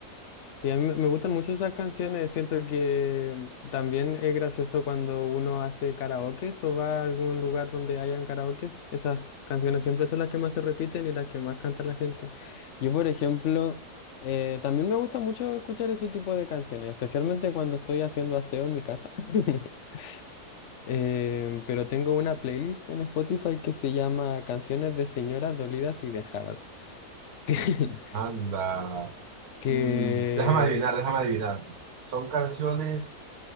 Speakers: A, on the left; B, on the right.
A: Sí, a mí me me gustan mucho esas canciones. Siento que también es gracioso cuando uno hace karaokes o va a algún lugar donde hayan karaokes. Esas canciones siempre son las que más se repiten y las que más canta la gente. Yo, por ejemplo, eh, también me gusta mucho escuchar ese tipo de canciones, especialmente cuando estoy haciendo aseo en mi casa. <laughs> Eh, pero tengo una playlist en Spotify que se llama Canciones de Señoras Dolidas y Dejadas. <laughs>
B: Anda,
A: que
B: y déjame adivinar, déjame adivinar. Son canciones.